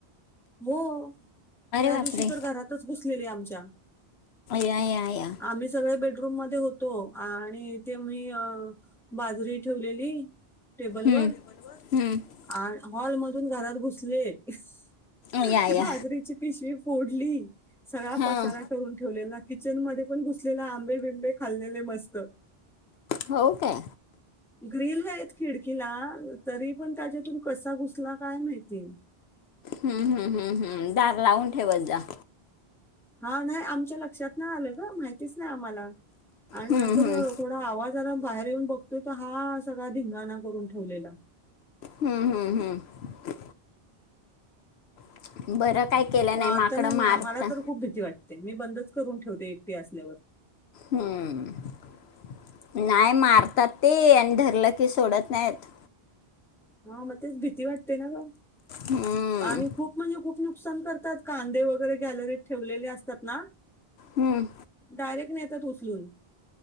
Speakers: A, in the centre; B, on the left.
A: <unintelligible> त्या
B: बापरे
A: दिवशी तर घरातच बसलेली आमच्या
B: या या या
A: आम्ही सगळे बेडरुम. रूम मध्ये होतो आणि, ते मी बाजरी ठेवलेली. टेबल
B: हम्म
A: वर
B: हम्म
A: हॉल आणि मधून घरात घुसतात. <unintelligible>
B: या
A: ते
B: या
A: बाजरीची पिशवी फोडली सगळा
B: हां
A: पसारा करून ठेवलेला किचन मध्ये पण. आपण घुसलेले आंबे बिंबे खाल्लेले मस्त.
B: हो काय..
A: ग्रिल आहेत खिडकीला तरी पण त्याच्यातून कसा घुसला काय माहिती.
B: हम्म हम्म हम्म हम्म दिर लावून ठेवत का.
A: हा नाही आमच्या लक्षात नाही आलं, ग माहितीच नाही आम्हाला.. आणि
B: हम्म
A: नंतर
B: हम्म
A: थोडा आवाज आला. बाहेर येऊन बघतोय त हा सगळा धिंगाणा करून ठेवलेला.
B: हम्म हम्म हम्म. <unintelligible>
A: व आता
B: माकडं
A: नाही मी
B: मारतात
A: आम्हाला तर खूप भीती वाटते. मी बंदच करून ठेवते एकटी असल्यावर.
B: हम्म नाही मारतात ते आणि धरलं की सोडत नाहीत.
A: हा मग तेच भीती वाटते ना ग,
B: हम्म
A: आणि खूप म्हणजे खूप नुकसान करते. कांदे वगैरे गॅलरीत ठेवलेले असतात ना तर.
B: हम्म‌.
A: डायरेक्ट नेतात उचलून.